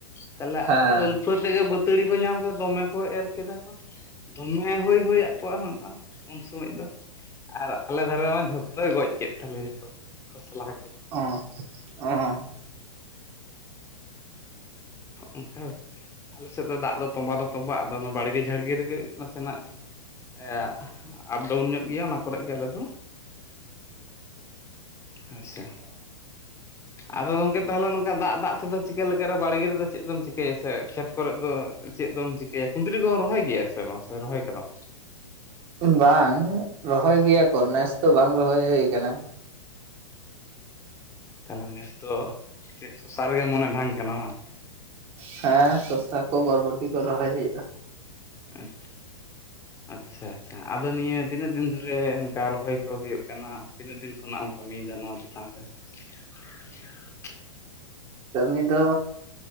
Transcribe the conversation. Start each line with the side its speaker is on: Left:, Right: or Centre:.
Left: ᱛᱟᱦᱚᱞᱮ
Right: ᱦᱮᱸ
Left: ᱟᱹᱞᱯ ᱯᱷᱟᱹ ᱛᱮᱜᱮ ᱵᱟᱹᱛᱟᱹᱲᱤ ᱠᱚ ᱧᱟᱢ ᱠᱮᱫᱟ ᱫᱚᱢᱮ ᱠᱚ ᱮᱨ ᱠᱮᱫᱟ ᱠᱚ ᱫᱚᱢᱮ ᱦᱩᱭ ᱦᱚᱭᱟᱜ ᱠᱚᱣᱟ᱾ ᱩᱱ ᱥᱚᱢᱚᱭ ᱫᱚ ᱟᱨ ᱟᱞᱮ ᱫᱷᱟᱨᱮ ᱢᱟ ᱡᱷᱚᱛᱚᱭ ᱜᱚᱡ ᱠᱮᱫ ᱛᱟᱞᱮ, ᱡᱚᱛᱚ ᱠᱷᱚᱥ ᱞᱟ ᱠᱚ᱾
Right: ᱚ ᱚ
Left: ᱚᱱᱠᱟ ᱟᱞᱮ ᱥᱮᱫ ᱫᱚ ᱫᱟᱜ ᱫᱚ ᱛᱚᱸᱵᱟ ᱫᱚ ᱛᱚᱵᱟᱜ ᱫᱚ ᱚᱱᱟ ᱵᱟᱲᱜᱮ ᱡᱷᱟᱲᱜᱮ ᱨᱮᱜᱮ ᱱᱟᱥᱮᱱᱟᱜ ᱟᱜ ᱟᱯᱰᱟᱣᱩᱱ ᱧᱚᱜ ᱜᱮᱭᱟ ᱚᱱᱟ ᱠᱚᱨᱮ ᱜᱮ ᱟᱞᱮ ᱫᱚ ᱦᱳᱭ ᱥᱮ᱾ ᱟᱫᱚ ᱜᱚᱢᱠᱮ ᱛᱟᱦᱚᱞᱮ ᱱᱚᱝᱠᱟ ᱫᱟᱜ ᱫᱟᱜ ᱛᱮᱫᱚ ᱪᱤᱠᱟᱹ ᱞᱟᱠᱟ ᱨᱮ ᱵᱟᱲᱜᱤ ᱨᱮᱫᱚ ᱪᱮᱜ ᱫᱚᱢ ᱪᱮᱠᱭᱟ ᱠᱷᱮᱛ ᱠᱚᱨᱮ ᱫᱚ ᱪᱮᱜ ᱫᱚᱢ ᱪᱮᱠᱭᱟ ᱠᱩᱸᱫᱨᱤ ᱠᱚᱭ ᱨᱚᱦᱚᱭ ᱜᱤᱭᱟ ᱥᱮ ᱵᱟᱝ? ᱨᱚᱦᱚᱭ ᱠᱟᱫᱟᱢ
Right: ᱵᱟᱝ ᱨᱚᱦᱚᱭ ᱜᱮᱭᱟ ᱠᱚ ᱱᱮᱥ ᱫᱚ ᱵᱟᱝ ᱨᱚᱦᱚᱭ ᱦᱩ ᱟᱠᱟᱱᱟ᱾
Left: ᱛᱟᱦᱞᱮ ᱱᱮᱥ ᱫᱚ ᱪᱮᱫ ᱥᱚᱥᱟᱨ ᱨᱮᱜᱮ ᱢᱚᱱᱮ ᱰᱷᱟᱝ ᱠᱟᱱᱟ ᱵᱟᱝ?
Right: ᱦᱮᱸ ᱥᱚᱥᱟ ᱠᱚ ᱵᱚᱨᱵᱚᱴᱤ ᱠᱚ ᱨᱚᱦᱚᱭ ᱦᱩᱭᱩᱜᱼᱟ᱾
Left: ᱟᱪᱷᱟ ᱟᱪᱪᱷᱟ ᱟᱪᱪᱷᱟ ᱟᱫᱚ ᱱᱤᱭᱟᱹ ᱛᱤᱱᱟᱹᱜ ᱫᱤᱱ ᱫᱤᱱ ᱨᱮ ᱚᱱᱠᱟ ᱨᱚᱦᱚᱭ ᱠᱚ ᱦᱩᱭᱩᱜ ᱠᱟᱱᱟ ᱛᱤᱱᱟᱹᱜ ᱫᱤᱱ ᱠᱷᱚᱱᱟᱜ ᱮᱢ ᱠᱟᱹᱢᱤᱭᱮᱫᱟ ᱱᱚᱣᱟ ᱪᱮᱛᱟᱱ ᱨᱮ᱾ <inaudible>
Right: ᱠᱟᱹᱢᱤ ᱫᱚ